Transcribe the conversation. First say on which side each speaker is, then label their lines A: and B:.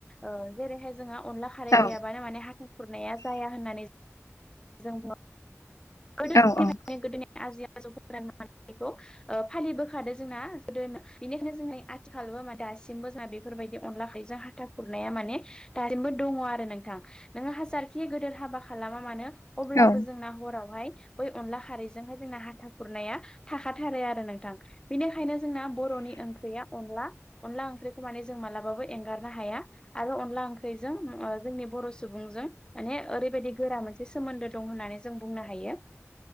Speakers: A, on the left (about 15°); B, on the left (about 80°).
A: ओ जेरैहाय जोंहा अनला खारै
B: औ
A: गैयाबानो माने हाथा खुरनाया जाया होननानै <inaudible> जों गोदो
B: औ औ।
A: गोदोनि आजै आजौ <unintelligible> ओ फालिबोखादो जोंना गोदोनो बेनिखायनो जोंनि आथिखालोबो मा दासिमबो जोंना बेफोरबायदि अनला खारैजों हा था खुरनाया माने दासिमबो दङो आरो नोंथां नोङो हाजारखि गोदोर हाबा खालामा मानो अब्लाबो
B: औ
A: जोंना हरावहाय बै अनला खारैजोंहाय जोंना हाथा खुरनाया थाखाथारो आरो नोंथां। बेनिखायनो जोंना बर'नि ओंख्रिया अनला अनला ओंख्रिखौ माने जों मालाबाबो एंगारनो हाया। आरो अनला ओंख्रिजों ओ जोंनि बर' सुबुंजों माने ओरैबायदि गोरा मोनसे सोमोन्दो दं होननानै जों बुंनो हायो।